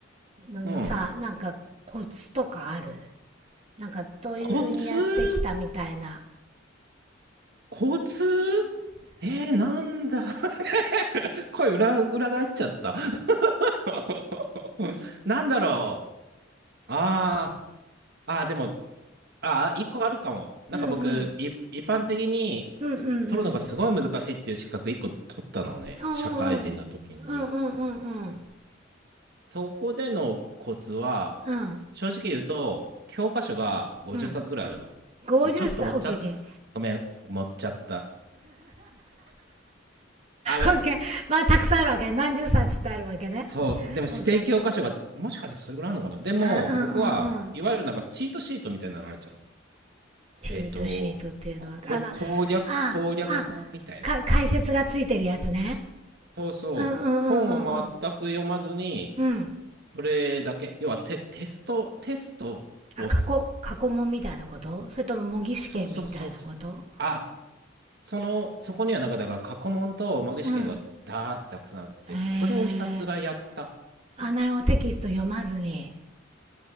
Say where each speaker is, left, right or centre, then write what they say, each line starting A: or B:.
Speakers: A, on the right; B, on the right.
A: ののさ、
B: うん、うん。うん。
A: なんかコツとかあるなんかどういうふうにやってきたみたいな。
B: コツコツえー、なんだ <laughs> 声裏、裏返っちゃった <laughs> なんだろう。ああ、ああ、でも、ああ、一個あるかも。なんか僕、
A: うんうん。
B: い、一般的に取るのがすごい難しいっていう資格一個取ったのね。
A: うんうんうん。うんうんうん。
B: 社会人の時に。
A: うんうんうんうん。
B: そこでのコツは、
A: うん
B: 正直言うと、教科書が50冊ぐらいあるの。
A: うん。50歳、
B: まあ、ちょっと持っちゃった。
A: オッケーオッケー。
B: ごめん、持っちゃった。あの、
A: OK。まあ、たくさんあるわけね。何十冊ってあるわけね。
B: そう、でも指定教科書が、
A: OK、OK。
B: もしかしてそれぐらいあるのかなでも、
A: あ、うん、
B: 僕はいわゆるなんかチートシートみたいなのあるじゃん。
A: うん、うん。チートシートっていうのは、
B: えっと、こ、こ攻略、
A: あの、ああ、
B: 攻略本みたいなさ。
A: あ、か、解説がついてるやつね。
B: そうそう。
A: うん、うん、
B: 本を全く読まずに、
A: うん、うん、うん。うん。
B: それだけ。要はテ、テスト、テストをす、
A: あ、過去、過去問みたいなことそれとも模擬試験みたいなこと
B: そうそうそうそう。あ、その、そこにはなんかだから過去問と模擬試験がダーってたくさんあって、
A: うん。え
B: それをひたすらやった、
A: ー。あ、
B: みたいな。
A: なるほど。テキスト読まずに。